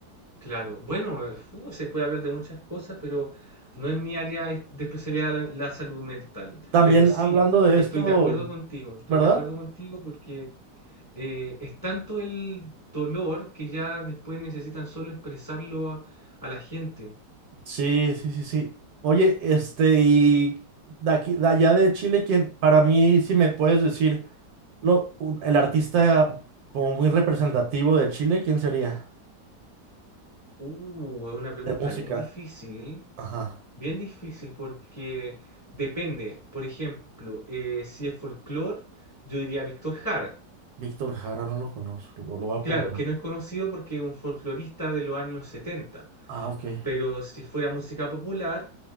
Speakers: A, on the left; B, on the right.
A: claro. Bueno, eh, fu, se puede hablar de muchas cosas, pero no es mi área es- de especialidad la, la salud mental.
B: También
A: Pero sí,
B: hablando de
A: estoy
B: esto,
A: de acuerdo contigo, estoy
B: ¿verdad?
A: de acuerdo contigo porque eh, es tanto el dolor que ya después necesitan solo expresarlo a, a la gente.
B: Sí, sí, sí, sí. Oye, este, y de aquí, de allá de Chile, quien para mí, si me puedes decir, lo, un- el artista como muy representativo de Chile, ¿quién sería?
A: Uh, es una pregunta
B: De música.
A: bien difícil.
B: Ajá.
A: Bien difícil porque depende, por ejemplo, eh, si es folclore, yo diría Víctor Jara.
B: Víctor Jara, no lo conozco, lo, lo voy a
A: Claro,
B: apuntar.
A: que no es conocido porque es un folclorista de los años setenta
B: Ah, ok.
A: pero si fuera música popular,